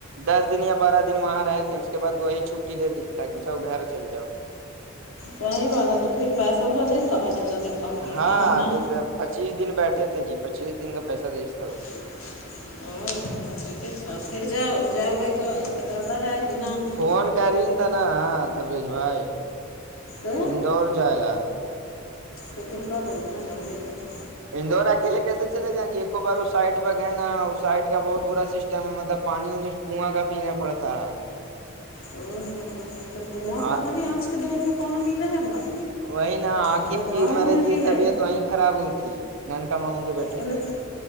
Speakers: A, on the right; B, on the left.
A: دس دن یا بارہ دن وہاں رہے تھے اس کے بع وہ وہی چٹی دے دیج تھا کہ جاؤ گھر چل جاؤ
B: صی بات تھا تو پھر پیسہ وسا دتا بھائی جتنا دن کم کیا
A: ہاں
B: تھا کہ نہ
A: ج پچیس دن بیٹھے ج پچیس دن کا پیسہ دےس تھا
B: <inaudible> <inaudible> ہو تو ٹھیک ہے سنا پھر جاؤ جاؤ کا ارادہ ہے کہ نہ <unintelligible> <unintelligible>
A: فون کری ن ت نا ہاں تبریج بھائی <unintelligible> <unintelligible>
B: ہ
A: اندور جالا
B: ایک دم کااب ل ناازؤ گے <unintelligible> <unintelligible>
A: اندور اکیلے کیسے چلے جائیں ج ایک بار اس سائڈ پہ گئے نا اس سائڈ کا بہت برا سسٹم ہے مطلب پانی و کنواں کا پینا پڑتا ہے
B: او ہ تو کنواں
A: ہے
B: کا پانی آج کے دور میں کہاں ملے ہے بھائی
A: وہی نہا عقب
B: یہ تو گاؤں
A: جی مرے
B: میں
A: جی
B: ملے
A: طبیعت وہیں خراب ہوئی تھی نن کا ماموں کے بیٹے
B: ان
A: کی
B: ا <unintelligible>